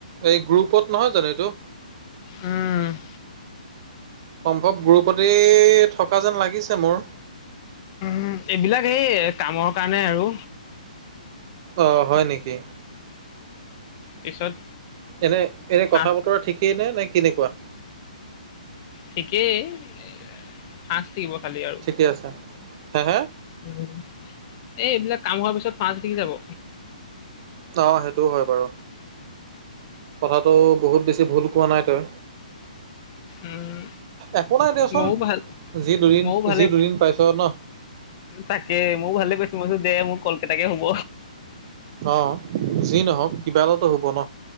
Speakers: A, on the right; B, on the left.
A: এই গ্ৰুপত নহয় জানো এইটো।
B: উম।
A: সম্ভৱ মোৰ ওপৰতেই থকা যেন লাগিছে মোৰ।
B: উ, এইবিলাক এই কামৰ কাৰণে আৰু।
A: অ', হয় নেকি?
B: পিছত
A: এনে, এনে
B: সাজ
A: কথা বতৰা ঠিকেই নে নাই কেনেকুৱা?
B: ঠিকেই, <unintelligible> থাকিব খালি আৰু।
A: ঠিকে আছে, হে, হা।
B: এই এইবিলাক কাম হোৱাৰ পিছত পাঁচতিকি যাব।
A: অ', সেইটোও হয় বাৰু। কথাাটো বহুত বেছি ভুল কোৱা নাই তই।
B: উম
A: একো নাই দিয়চোন,
B: ময়ো ভাল
A: যি দুদিন,
B: ময়ো ভালে
A: যি দুদিন পাইছ ন।
B: তাকে ময়ো ভালে পাইছো মইছো দে মোৰ কলকটাকে হ'ব।
A: অ', যি নহওক কিবা এটাতো হ'ব ন।